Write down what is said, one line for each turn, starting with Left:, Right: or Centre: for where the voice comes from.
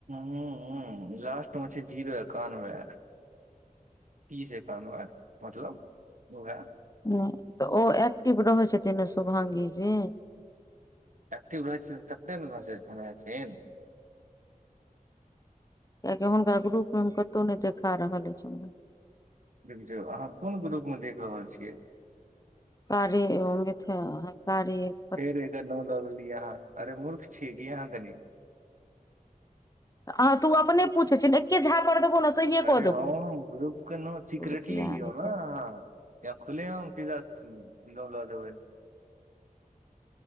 Right: हुँ लासट म छै जीरो एकानबे तीस एकानबे मतलब ओहै
Left: नहि तऽ ओ एक्टिव रहै छथिन ने शुभांगी जी
Right: एक्टिव रहए छथिन तखने न मैसेज केने हेथिन
Left: किआकि हुनका ग्रुप मे हम कतहु नहि देखा रहल अछि हमरा
Right: रुकि जाउ अहाँ कोन ग्रुप मे देख रहल छियै
Left: कार्य ओ अथि कार्यअप्प
Right: फेर एकर नाम लऽ लेलियै अहाँ अरे मूर्ख छीयै की अहाँ कनी
Left: अहाँ तू ओ अपने पूछैत छिय न एके झापर देबौ ने सहिए
Right: अरे
Left: कऽ देबौ
Right: हम ग्रुप के नाउँ सिक्रेटली
Left: ध्यान
Right: लियौ
Left: हेतै
Right: न अहाँ या खुलेआम सीधा लऽ देबे